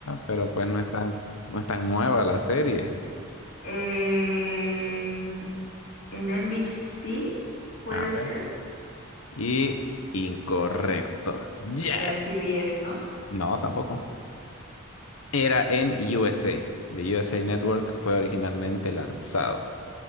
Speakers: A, on the left (about 80°); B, on the left (about 45°).
A: pero pues no es tan, no es tan nueva la serie.
B: En, en NBC, puede
A: A ver.
B: ser.
A: Y incorrecto. Yes.
B: Era en CBS, ¿no?
A: No, tampoco. Era en USA. The USA Network fue originalmente lanzado.